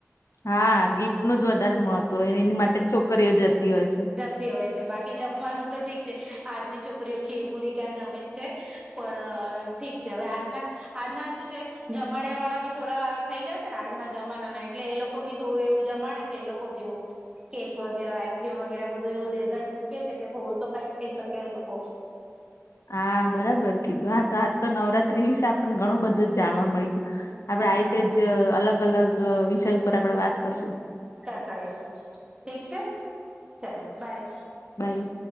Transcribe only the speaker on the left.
હા ગિફ્ટનું જ વધારે મહત્વ હોય એની માટે છોકરીઓ જતી હોય છે.
હા બરાબર કીધું હા તો આજ તો નવરાત્રી વિશે આપને ઘણું બધું જ જાણવા મળ્યું. આપડે આ રીતે
જ અલગ અલગ વિષય ઉપર આપડે વાત કરશું.
નાઈ